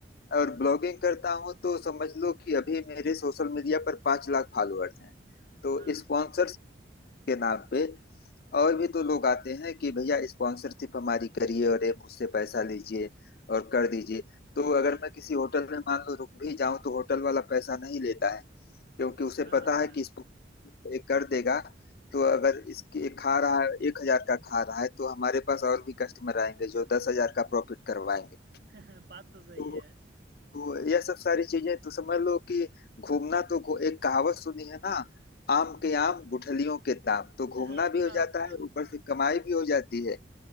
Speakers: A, on the left; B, on the right.
A: और ब्लॉगिंग करता हूँ तो समझ लो कि अभी मेरे सोशल मीडिया पर पाँच लाख फॉलोअर्स हैं तो
B: हाँ हाँ
A: स्पॉन्सर्स के नाम पे और भी तो लोग आते हैं कि भैया स्पॉन्सरशिप हमारी करिए और ये मुझसे पैसा लीजिए और कर दीजिए तो अगर
B: जी
A: मैं किसी
B: जी
A: होटल में मान लो रुक भी जाऊं तो होटल वाला पैसा नहीं लेता है क्योंकि उसे
B: हाँ
A: पता
B: हाँ
A: है कि स्पॉन्सरशिप ये कर देगा तो अगर इसके ये खा रहा है एक हजार का खा रहा है तो हमारे पास और भी कस्टमर आएंगे जो दस हजार का प्रॉफिट करवाएंगे
B: <laughs> बात तो सही
A: तो
B: है
A: तो यह सब सारी चीजें तो समझ लो कि घूमना तो घू- एक कहावत सुनी है ना आम के आम गुठलियों के दाम तो घूमना
B: <laughs> सुनाओ
A: भी हो जाता
B: सुनाओ
A: है ऊपर से कमाई भी हो जाती है